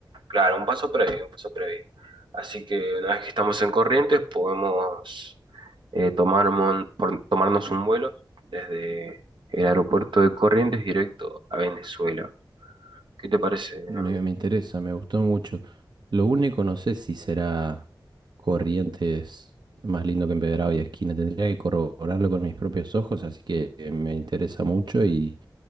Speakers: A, on the right; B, on the right.
A: Claro, un paso previo, un paso previo. Así que una vez que estamos en Corrientes, podemos eh, tomar mon- por- tomarnos un vuelo desde el aeropuerto de Corrientes directo a Venezuela. ¿Qué te parece,
B: Me,
A: amigo?
B: me interesa, me gustó mucho. Lo único, no sé si será Corrientes más lindo que Empedrado y Esquina. Tendría que corroborarlo con mis propios ojos, así que eh, me interesa mucho y,